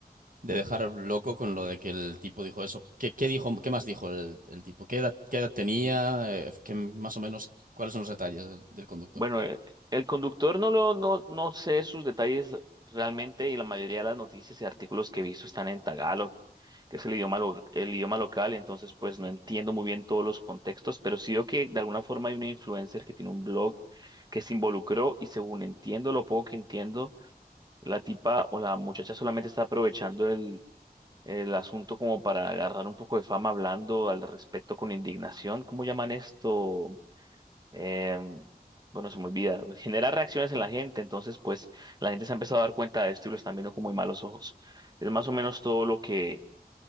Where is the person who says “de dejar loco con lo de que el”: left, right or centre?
Right